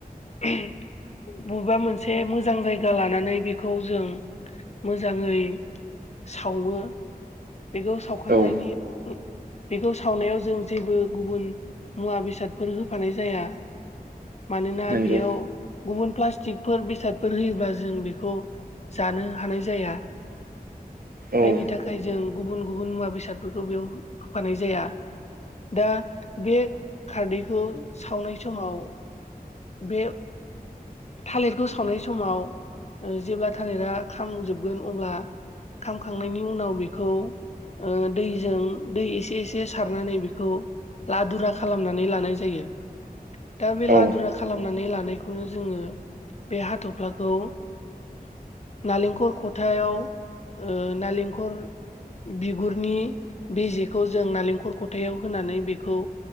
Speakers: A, on the left; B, on the right.
A: बबेबा मोनसे मोजां जायगा लानानै बेखौ जों मोजाङै सावो बेखौ सावखांनायनि
B: औ
A: बेखौ सावनायाव जों जेबो गुबुन मुवा बेसादफोर होफानाय जाया मानोना
B: नंगौ
A: बेयाव गुबुन प्लास्टिकफोर बेसादफोर होयोब्ला जों बेखौ जानो हानाय जाया
B: औ
A: जायनि थाखाय जों गुबुन गुबुन मुवा बेसादफोरखौ बेयाव होफानाय जाया। दा बे खारदैखौ सावनाय समाव बे थालिरखौ सावनाय समाव जेब्ला थालिरा खामजोबगोन अब्ला खामखांनायनि उनाव बेखौ ओ दैजों दै एसे एसे सारनानै बेखौ लादुरा खालामनानै लानाय जायो दा बे लादुरा
B: औ
A: खालामनानै लानायखौनो जोङो बे हाथ'फ्लाखौ नालेंखर खथायाव नालेंखर बिगुरनि बे जेखौ जों नालेंखल खथायाव होनानै बेखौ